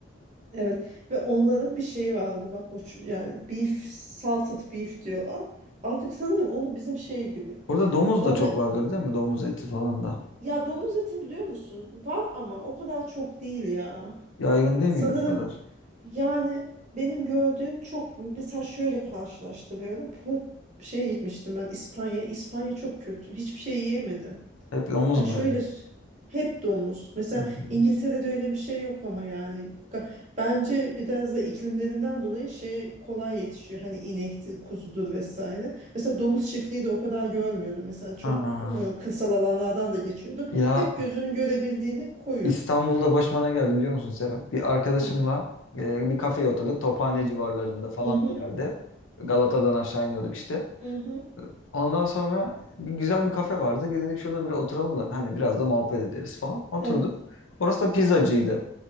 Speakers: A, on the right; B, on the left.
A: Evet ve onların bir şeyi vardı bak o ç- yani beef salted beef diyorlar. Artık sanırım onu bizim şey gibi.
B: Orada domuz
A: Dana
B: da çok vardır değil mi? Domuz eti falan da.
A: Ya domuz eti biliyor musun? Var ama o kadar çok değil ya.
B: Yaygın değil
A: Sanırım
B: miydi o kadar?
A: yani benim gördüğüm çok mesela şöyle karşılaştırıyorum. Po- şeye gitmiştim ben İspanya. İspanya çok kötü. Hiçbir şey yiyemedim.
B: Hep domuz
A: Ya
B: muydu?
A: şöyle s- hep domuz. Mesela
B: Hmm.
A: İngiltere'de öyle bir şey yok ama yani Ga- bence biraz da iklimlerinden dolayı şey kolay yetişiyor. Hani inektir, kuzudur vesaire. Mesela domuz çiftliği de o kadar görmüyordum. Mesela çok
B: Ha.
A: e, kırsal alanlardan da geçiyordum.
B: Ya
A: Hep gözünün görebildiğini koyun.
B: İstanbul'da başıma ne geldi biliyor musun Serap? Bir arkadaşımla
A: Hı.
B: e, bir kafeye oturduk. Tophane civarlarında falan
A: Hı hı,
B: bir yerde. Galata'dan aşağı iniyorduk işte.
A: hı hı.
B: Ondan sonra bir güzel bir kafe vardı. Dedik şurada bir oturalım da hani biraz da muhabbet ederiz falan. Oturduk.
A: Evet.
B: Orası da pizzacıydı.